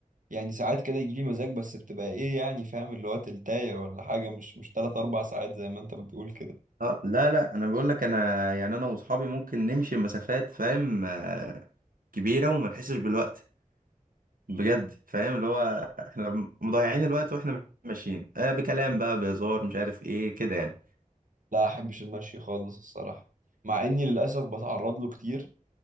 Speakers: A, on the right (about 70°); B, on the right (about 85°).
A: يعني ساعات كده يجي لي مزاج بس بتبقى ايه يعني فاهم اللي هو تلتاية ولا حاجه مش مش تلات اربع ساعات زي ما انت بتقول كده
B: اه لا لا انا بقول لك انا يعني انا واصحابي ممكن نمشي مسافات فاهم آه، كبيره وما نحسش بالوقت بجد فاهم اللي هو احنا مضيعين الوقت واحنا ماشيين آه بكلام بقى بهزار مش عارف ايه كده يعني
A: لا احبش المشي خالص الصراحه مع اني للاسف بتعرض له كتير